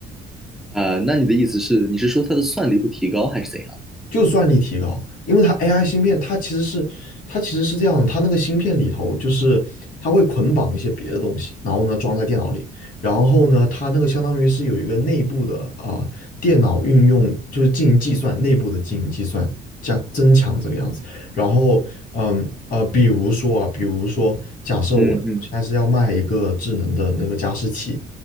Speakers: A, in the centre; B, on the left.
A: 啊、那你的意思是，你是说它的算力会提高还是怎样？
B: 就算力提高，因为它 AI 芯片，它其实是它其实是这样的它那个芯片里头就是它会捆绑一些别的东西，然后呢装在电脑里，然后呢它那个相当于是有一个内部的啊、电脑运用就是进行计算，内部的进行计算降增强这个样子。然后嗯啊、比如说啊，比如说假设我我现在是要卖一个智能的那个加湿器，
A: 嗯嗯